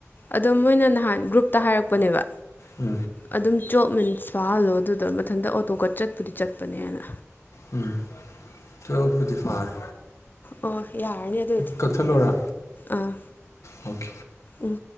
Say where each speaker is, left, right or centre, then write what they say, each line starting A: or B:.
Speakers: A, on the left; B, on the left.
A: ꯑꯗꯣ ꯃꯣꯏꯅ ꯅꯍꯥꯟ ꯒ꯭ꯔꯨꯞꯇ ꯍꯥꯏꯔꯛꯄꯅꯦꯕ
B: ꯎꯝ
A: ꯑꯗꯨꯝ ꯆꯣꯞꯃꯤꯟꯁ ꯆꯥꯍꯜꯂꯣ ꯑꯗꯨꯗ ꯃꯊꯟꯇ ꯑꯣꯇꯣ ꯀꯠ ꯆꯠꯄꯨꯗꯤ ꯆꯠꯄꯅꯦꯅ
B: ꯎꯝ ꯆꯄꯗꯤ ꯐꯔ
A: ꯑꯣ ꯌꯥꯔꯅꯤ ꯑ ꯑꯗꯨ ꯑꯣꯏꯗꯤ
B: ꯀꯛꯊꯠꯂꯣꯔꯥ
A: ꯑꯥ
B: ꯑꯣꯀꯦ
A: ꯎꯝ